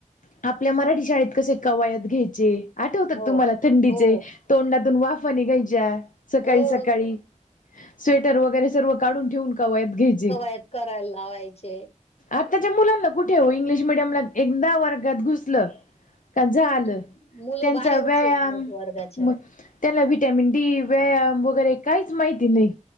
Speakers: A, on the left (about 85°); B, on the left (about 50°).
A: आपल्या मराठी शाळेत, कसे कवायत घ्यायचे. आठवतात
B: हो,
A: तुम्हाला थंडीचे,
B: हो,
A: तोंडातून वाफा निघायच्या, सकाळी-सकाळी
B: हो.
A: स्वेटर वगैरे, सर्व काढून ठेवून, कवायत घ्यायचे.
B: कवायत करायला लावायचे,
A: आताच्या मुलांना कुठे हो इंग्लिश मिडियमला, एकदा वर्गात घुसलं का झालं,
B: की मुलं
A: त्यांचा
B: बाहेरच
A: व्यायाम
B: येत नाहीत वर्गाच्या,
A: म त्यांना विटामिन डी, व्यायाम वगैरे, काहीच माहिती नाही.